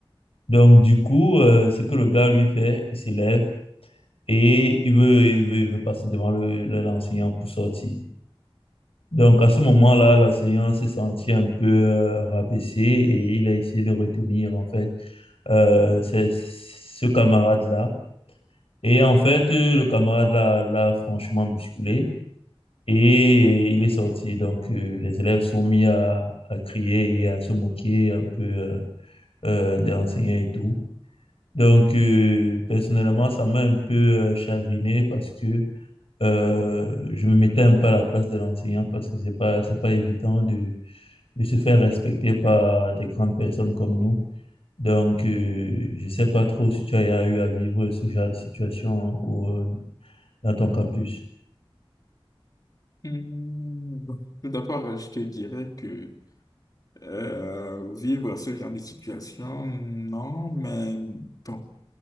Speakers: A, on the left (about 75°); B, on the left (about 40°).
A: Donc du coup euh, ce que le gars lui fait, il s'élève et il veut, il veut, il veut passer devant le, le- l'enseignant pour sortir. Donc, à ce moment-là, l'enseignant s'est senti un peu euh, rabaissé et il a essayé de retenir, en fait, euh, ce ce camarade-là. Et en fait, euh, le camarade l'a l'a franchement bousculé et il est sorti. Donc, euh, les élèves sont mis à, à crier et à se moquer un peu euh, euh, de l'enseignant et tout. Donc, euh, personnellement, ça m'a un peu euh, chagriné parce que euh, je me mettais un peu à la place de l'enseignant parce que c'est pas, c'est pas évident de de se faire respecter par des grandes personnes comme nous. Donc, euh, je ne sais pas trop si tu as eu à vivre ce genre de situation au- euh, dans ton campus.
B: Hmm, Tout d'abord, je te dirais que euh, vivre ce genre de situation, non, mais bon,